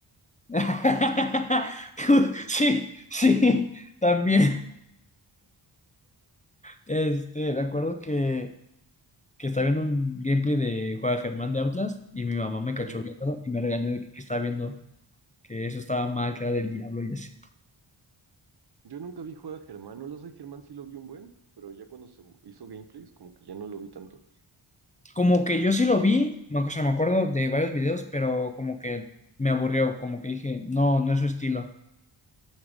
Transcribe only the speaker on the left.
<laughs> Sí, sí, también. Este, me acuerdo que, que estaba viendo un gameplay de Juan Germán de Outlast y mi mamá me cachó
viéndolo y me regañó de que, que estaba viendo. que eso estaba mal, que era del diablo y así.
Como que yo sí lo vi, me- o sea, me acuerdo de varios videos, pero como que me aburrió, como que dije, no, no es su estilo.